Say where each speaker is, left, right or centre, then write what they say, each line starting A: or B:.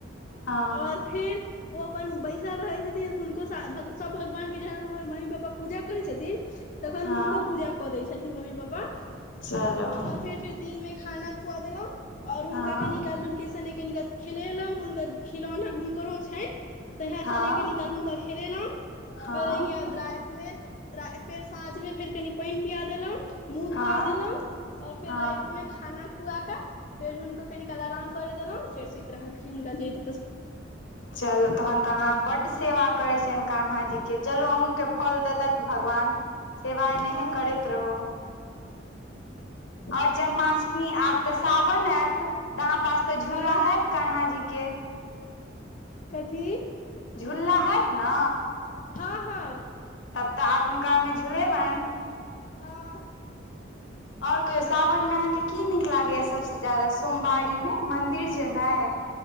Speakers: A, on the left; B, on the left.
A: हँ
B: ओर फेर ओ अपन बैसल रहै छथिन हुनको स-बभ सबभ भगवान के जेहन हमर मम्मी पापा पूजा करै छथिन तखन
A: हँ
B: हुनको पूजा क दै छथिन मम्मी पापा
A: चलो
B: और फेर फेर दिन में खाना खुआ देलहुं और हुनका
A: हँ
B: कनि काल हुनके सने कनी काल खेलेलहु हुनकर खिलौना हुनकरो छै तह
A: हँ
B: स ने कनी काल हुनका खेलेलो
A: हँ
B: फेर अहिये रातमे रा फेर साँझ मे फेर कनि पानि पिया देलहुँं मुँह
A: हँ
B: धुआ गेलो और फेर
A: हँ
B: राति मे खाना खुआ कऽ फेर हुनको कनीकाल आराम करे देलहुं फेर सुत रहलखिन गणित
A: चलू तहन तऽ अहाँ बड सेवा करै छियन कान्हा जी के चलू अहूँके फल देतक भगवान सेवा अहनहि
B: हँ
A: करैत रहू आओर जन्माष्टमी आब तऽ साावन आयत अहाँ पास तऽ झूला
B: हँ
A: हायत कान्हा जी के
B: कथी
A: झूला हत ने
B: हँ हँ
A: तब तऽ आब हुनकामे झुलेबन
B: हँ
A: ओर कहियो सावन मे अहाँके की नीक लागैय सबसे ज्यादा सोमबारी मे मन्दिर जेनाइ